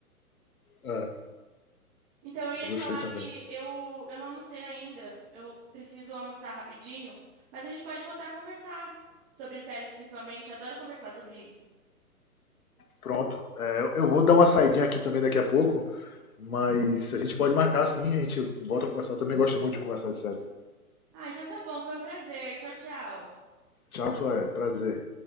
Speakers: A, on the left; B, on the right.
A: É,
B: Então eu ia
A: eu
B: te
A: gostei
B: falar
A: também.
B: que eu eu não almocei ainda, eu preciso almoçar rapidinho, mas a gente pode voltar a conversar sobre séries principalmente, adoro conversar sobre isso.
A: Pronto. É, eu vou dar uma saidinha aqui também daqui a pouco, mas a gente pode marcar sim, a gente volta a conversar. Eu também gosto muito de conversar de séries.
B: Ah, então tá bom, foi um prazer. Tchau, tchau.
A: Tchau, Sueli. Prazer.